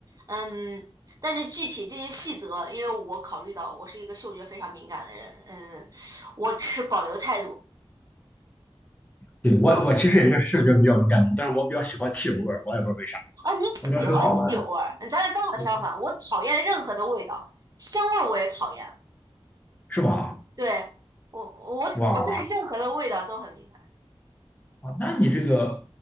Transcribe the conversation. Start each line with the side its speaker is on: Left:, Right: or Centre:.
Right: 嗯，但是具体这些细则，因为我考虑到我是一个嗅觉非常敏感的人，嗯，我持保留态度。
Left: 对我我其实也是视觉比较敏感的，
Right: 我
Left: 但是我比较喜欢汽油味儿，我也不知道为啥，
Right: 啊，你喜欢酒味儿，
Left: 我觉得很好闻，
Right: 咱俩刚好相反，
Left: 对，
Right: 我讨厌任何的味道，香味儿我也讨厌，
Left: 是吧？
Right: 对，我我我对任何的味道都很敏感。
Left: 哇，啊，那你这个，